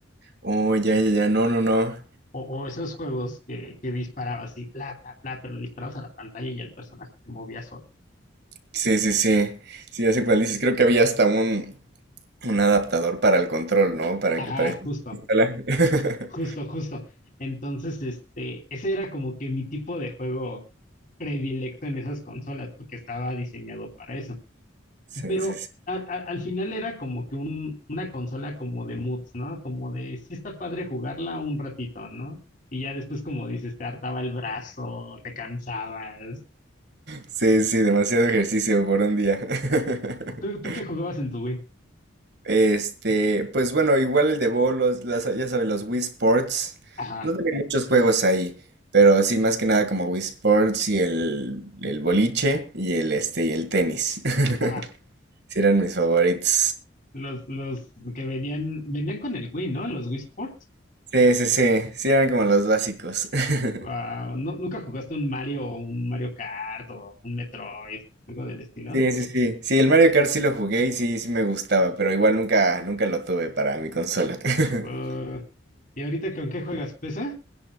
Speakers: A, on the right (about 60°); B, on the left (about 45°).
A: Oh, ya, ya, ya, no, no, no.
B: O, o esos juegos que, que disparabas y bla, bla, bla, pero le disparabas a la pantalla y ya el personaje se movía solo.
A: Sí, sí, sí. Sí, ya sé cuál dices. Creo que había hasta un, un adaptador para el control, ¿no? Para
B: Ajá,
A: que parezca
B: justo,
A: pistola. <laughs>
B: justo, justo. Entonces, este, ese era como que mi tipo de juego predilecto en esas consolas, porque estaba diseñado para eso.
A: Sí,
B: Pero
A: sí, sí.
B: al, al- al final era como que un, una consola como de moods, ¿no? Como de, sí está padre jugarla un ratito, ¿no? Y ya después, como dices, te hartaba el brazo, te cansabas.
A: Sí, sí, demasiado ejercicio por un día. <laughs>
B: ¿Tú, tú qué jugabas en tu Wii?
A: Este, pues bueno, igual el de bolos, las, ya sabes, los Wii Sports.
B: Ajá,
A: No tenía muchos juegos ahí, pero sí, más que nada como Wii Sports y el, el boliche y el este y el tenis. <laughs>
B: ajá.
A: Sí eran mis favoritos.
B: Los, los que venían, venían con el Wii, ¿no? Los Wii Sports.
A: Sí, sí, sí. Sí eran como los básicos. <laughs>
B: Wow, ¿nu- ¿Nunca jugaste un Mario o un Mario Kart o un Metroid, algo del estilo?
A: Sí, sí, sí. Sí, el Mario Kart sí lo jugué y sí, sí me gustaba, pero igual nunca, nunca lo tuve para mi consola. <laughs>
B: Uh, ¿y ahorita con qué juegas? ¿PC?